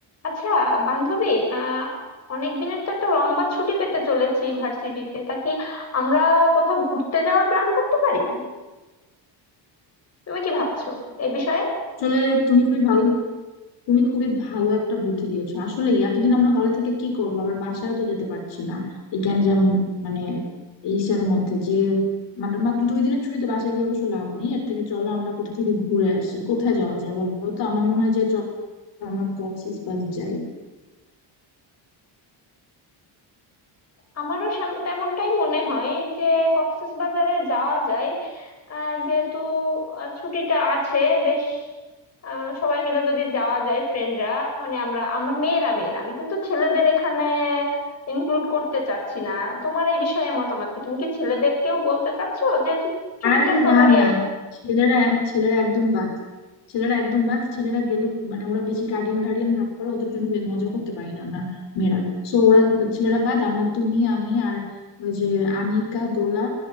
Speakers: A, on the left (about 35°); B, on the left (about 65°).
A: আচ্ছা বান্ধবী আহ অনেক দিনের তো একটা লম্বা ছুটি পেতে চলেছি ভার্সিটিতে তা কি আমরা কোথাও ঘুরতে যাওয়ার প্ল্যান করতে পারি তুমি কি ভাবছো এ বিষয়ে
B: আসলে তুমি খুবই ভালো তুমি খুবই ভালো একটা বুদ্ধি দিয়েছো আসলে এতদিন আমরা হলে থেকে কি করবো আবার বাসায়ও তো যেতে পারছি না এই গ্যাঞ্জাম মানে এইসের মধ্যে যে মাত্র মাত্র দুই দিনের ছুটিতে বাসায় গিয়ে অবশ্য লাভ নেই এর থেকে চলো আমরা কোথা থেকে ঘুরে আসি কোথায় যাওয়া যায় বলো তো আমার মনে হয় যে চলো আমরা কক্সেস বাজার যাই
A: আমারও সেম- তেমনটাই মনে হয় যে কক্সবাজারে যাওয়া যায় আহ, যেহেতু আহ, ছুটিটা আছে বেশ আহ, সবাই মিলে যদি যাওয়া যায় ফ্রেন্ডরা মানে আমরা আমরা মেয়েরা মেয়েরা আমি কিন্তু ছেলেদের এখানে ইনক্লুড করতে চাচ্ছি না তোমার এই বিষয়ে মতামত কি তুমি কি ছেলেদেরকেও বলতে চাচ্ছো যেহেতু ছুটিটা
B: আর
A: সবারই
B: না না ছেলেরা ছেলেরা একদম বাদ ছেলেরা একদম বাদ ছেলেরা গেলে মানে ওরা বেশি গার্ডিয়ান গার্ডিয়ান ভাব করে ওদের জন্য বে- মজা করতে পারি না আমরা মেয়েরা সো ওরা ছেলেরা বাদ আমরা তুমি আমি আর ওই যে আনিকা দোলা